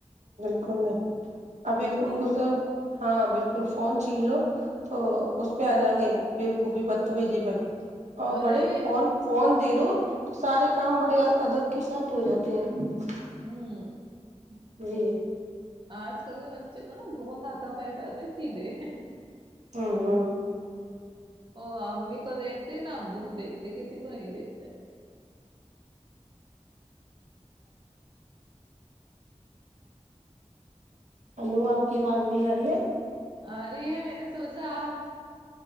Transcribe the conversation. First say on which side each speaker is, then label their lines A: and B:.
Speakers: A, on the right; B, on the right.
A: کر ابھی ان
B: الٹی
A: کو س ہاں بالکل فون چھین لو تو اس پہ آ جائیں گے بےقوفی پتمی جی پہ اور
B: ارے
A: بڑے فون فون دے دو تو سارے کام بڑے ادب کے ساتھ ہو جاتے ہیں ہوں <inaudible>
B: ہوں <inaudible>
A: جی <inaudible>
B: آج کل کے بچ چز نا بہت آتا پائی پ آتے سیدھے
A: ہاں ہاں
B: وہ امی کو دیکھتے نہ ابو کو دیکھتے کسی کو نہیں دیکھتے
A: ہلو آپ کی آواز نہیں آ رہی ہے <inaudible>
B: ارے ہے میں نے سوچا آپ